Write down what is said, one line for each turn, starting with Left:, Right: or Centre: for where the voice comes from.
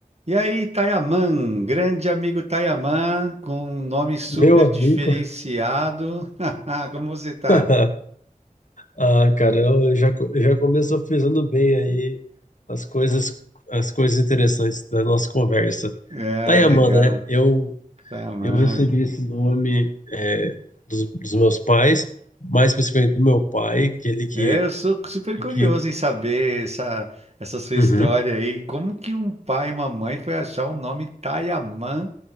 Right: E aí, Tayaman, grande amigo Tayaman, com um nome super
Left: Meu amigo,
Right: diferenciado. <laughs> Como você tá?
Left: <laughs> ah, cara, eu já, co- já começou frisando bem aí as coisas, as coisas interessantes da nossa conversa.
Right: É,
Left: Tayaman,
Right: legal,
Left: né? Eu,
Right: Tayaman.
Left: eu recebi esse nome é, dos, dos meus pais, mais especificamente do meu pai, que ele que,
Right: É, eu sou super curioso
Left: que...
Right: em saber essa, essa sua história
Left: Uhum.
Right: aí. Como que um pai e uma mãe foi achar o nome Tayaman,